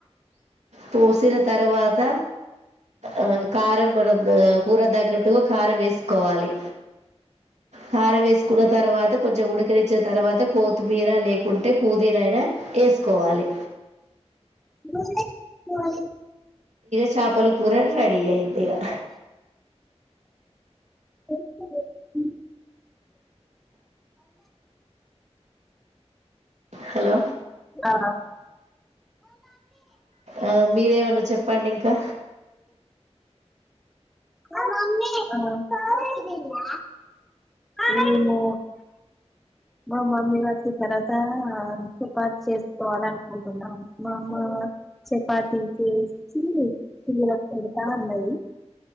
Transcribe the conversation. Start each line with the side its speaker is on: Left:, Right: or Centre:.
Right: పోసిన తర్వాత ఆ కారం మనం కూర తగ్గట్టుగా కారం వేసుకోవాలి కారం వేసుకున్న తర్వాత కొంచెం ఉడికినిచ్చిన తర్వాత కొత్తిమీర లేకుంటే పుదీనయినా వేసుకోవాలి
Centre: దూ పోవాలి
Right: చపలకుకి కూర రె ధెండిగా అయిధి ఇగా
Centre: ఓ <unintelligible>
Right: హలో
Centre: ఆ,
Right: ఆ మీరేమన్నా చెప్పండి ఇంకా
Centre: ఓ మమ్మీ <unintelligible> అయ్‌పోయింధా మెము మా మమ్ మీ వా చె తర్వాత సుపాటు చేసుకోవాల అనుకుంటున్నాం మా అమ్మ చపాతి చేసి పెడతా ఉన్నాయి